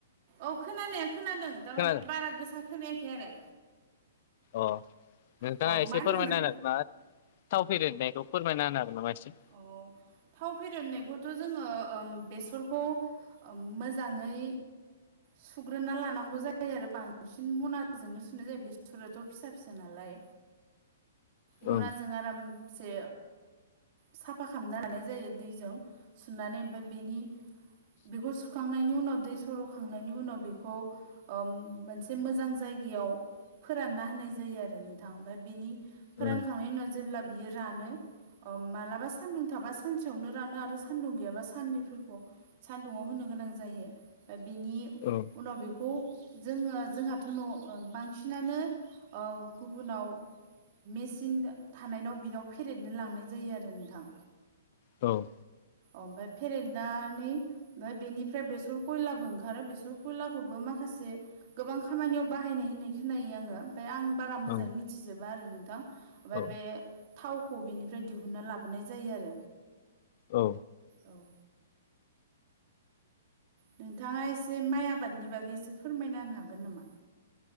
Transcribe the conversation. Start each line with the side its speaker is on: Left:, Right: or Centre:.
Right: औ खोनानाया खोनादों थारमाने
Left: खोनादों
Right: बारा गोसा खोनायाखै आरो।
Left: अ नोंथाङा
Right: अ
Left: एसे
Right: मा होनदोंमोन?
Left: फोरमायना होनो हागोन नामा थाव फेरेनायखौ फोरमायना होनो हागोन नामा एसे
Right: औ थाव फेदेरनायखौथ' जोङो बेसरखौ मोजाङै सुग्रोना लानांगौ जायो आरो बांसिन मनाजोंनो सुनाय जायो बेसराथ' फिसा फिसा नालाय। मनाजों
Left: ओं
Right: आरामसे साफा खालामना लानाय जायो दैजों सुनानै ओमफाय बेनि बेखौ सुखांनायनि उनाव दै सर'खांनायनि उनाव बेखौ ओ मोनसे मोजां जायगायाव फोरानना होनाय जायो आरो नोंथां ओमफ्राय बिनि फोरानखांनायनि
Left: ओं
Right: उनाव जेब्ला बियो रानो मालाबा सान्दुं थाबा सानसेयावनो रानो आरो सान्दुं गैयाबा साननैफोरखौ सान्दुुंआव होनो गोनां जायो बेनि
Left: औ
Right: उनाव बेखौ जोङो जोंहाथ' न' बांसिनानो ओ गुबुनाव मेचिन थानायनाव बिनाव फेरेदनो लांनाय जायो आरो न नोंथां
Left: औ
Right: ओमफाय फेरेदनानै ओमफाय बेनिफ्राय बेसर खयलाबो ओंखारो बेसर खयलाखौबो माखासे गोबां खामानियाव बाहायनाय होननाय खोनायो आङो ओमफाय आं बारा मोजाङै
Left: ओं
Right: मिथिजोबा आरो नोंथां ओमफाय
Left: औ
Right: बे थावखौ बिनिफ्राय दिहुनना लाब बोनाय जायो आरो
Left: औ
Right: औ नोंथाङा एसे माइ आबादनि बागै एसे फोरमायना होनो हागोन नामा